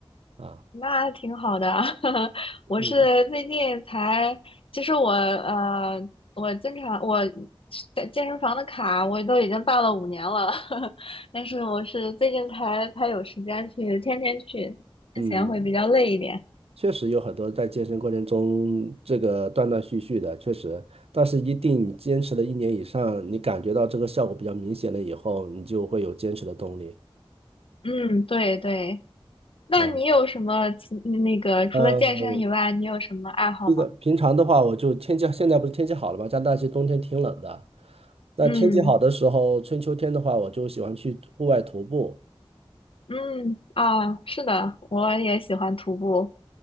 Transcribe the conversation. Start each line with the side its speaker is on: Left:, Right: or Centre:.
Right: 啊，
Left: 那挺好的啊。<laughs> 我是最近才，
Right: 嗯。
Left: 其实我呃，我经常我在健身房的卡我都已经办了五年了，<laughs> 但是我是最近才才有时间去，天天去，之前会比较累一点。
Right: 嗯确实有很多在健身过程中这个断断续续的，确实，但是一定你坚持了一年以上，你感觉到这个效果比较明显了以后，你就会有坚持的动力
Left: 嗯，对对，那你有什么其那个除了健身以外，
Right: 啊。呃，
Left: 你有什么爱好吗？
Right: 这个平常的话，我就天气现在不是天气好了吗？加拿大其实冬天挺冷的，那天气好的时候，
Left: 嗯
Right: 春秋天的话，我就喜欢去户外徒步。
Left: 嗯啊，是的，我也喜欢徒步。